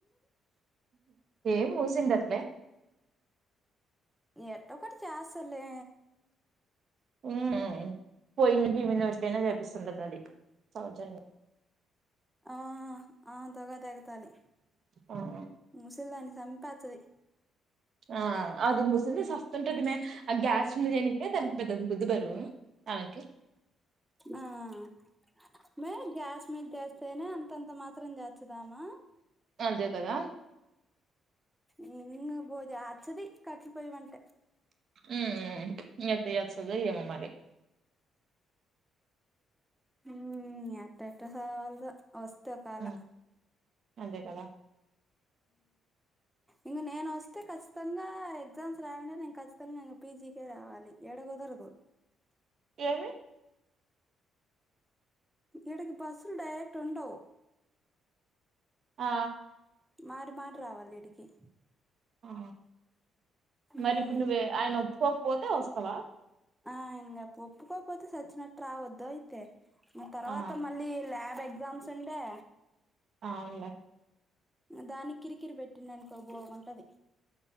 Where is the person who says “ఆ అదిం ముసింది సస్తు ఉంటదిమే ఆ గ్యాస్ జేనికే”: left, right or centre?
Right